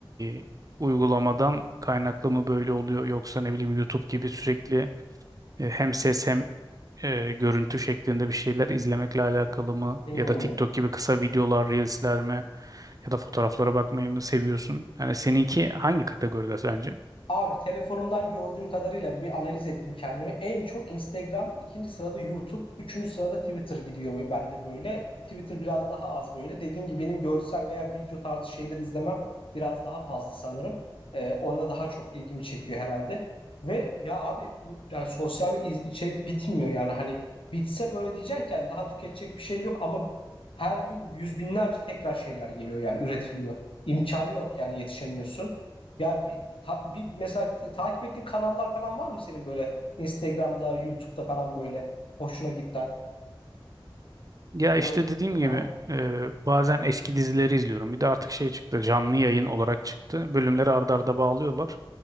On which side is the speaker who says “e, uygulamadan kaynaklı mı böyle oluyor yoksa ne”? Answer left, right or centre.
Right